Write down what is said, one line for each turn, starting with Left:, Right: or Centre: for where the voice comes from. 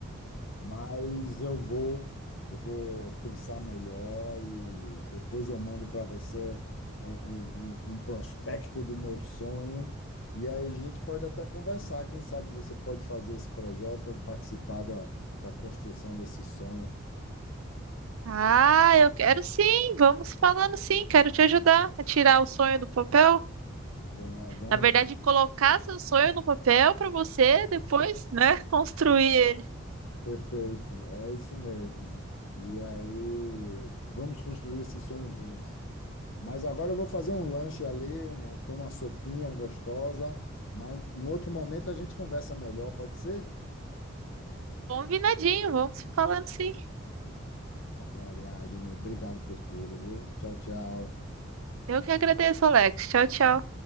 Left: Mas eu vou, eu vou pensar melhor e depois eu mando para você um, um, um- um prospecto do meu sonho. E aí a gente pode até conversar. Quem sabe você pode fazer esse projeto ou participar da, da construção desse sonho.
Right: Ah, eu quero sim, vamos falando sim, quero te ajudar a tirar o sonho do papel.
Left: Va- Vamos,
Right: Na verdade, colocar seu sonho no papel para você depois, né, construir ele.
Left: perfeito, é isso mesmo. E aí, vamos construir esse sonho juntos. Mas agora eu vou fazer um lanche ali, um, tem uma sopinha gostosa, mas no outro momento a gente conversa melhor, pode ser?
Right: Combinadinho, vamos falando sim.
Left: Tá bom, Ariadne. Obrigado por tudo, viu? Tchau, tchau.
Right: Eu que agradeço, Alex. Tchau, tchau.